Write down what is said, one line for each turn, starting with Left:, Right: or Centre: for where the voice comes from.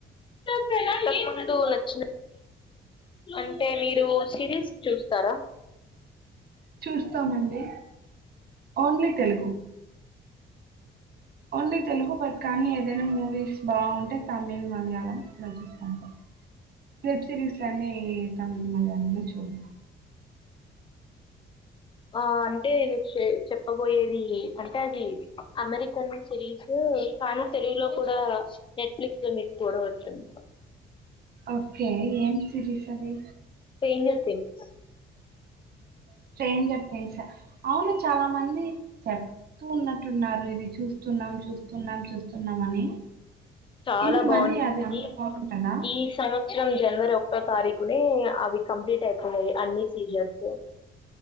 Left: ఇంతకముందు నచ్చిన అంటే మీరు సిరీస్ చూస్తారా
Right: చూస్తామండి only Telugu only Telugu but కానీ ఏదేనా మూవీస్ బాగుంటే తమిళ్ మలయాళంలా చూస్తుంట అంతే వెబ్సీరీస్లన్ని తమిళ్ మళయామే చూడ
Left: ఆ అంటే నేను చె చెప్పబోయేది అంటే అది అమెరికన్ సిరీస్ కానీ తెలుగులో కూడా నెట్ఫ్లిక్స్ లో మీకు కూడా వచ్చింది
Right: ఓకే ఏం సిరీస్ అది
Left: స్ట్రెంజర్ థింగ్స్
Right: స్ట్రేంజర్ థింగ్స్ అవును చాలా మంది చెప్తూ ఉన్నట్టున్నారు ఇది చూస్తున్నాం చూస్తున్నాం చూస్తున్నాం అని
Left: చాలా
Right: ఏంది
Left: బాగుంటుంది
Right: మరి అది అంత బావుంటదా?
Left: ఈ సంవత్సరం జనవరి ఒ కటో తారిక్ ప్పుడే అవి కంప్లీట్ అయిపోయయి అన్ని సీజన్స్ స్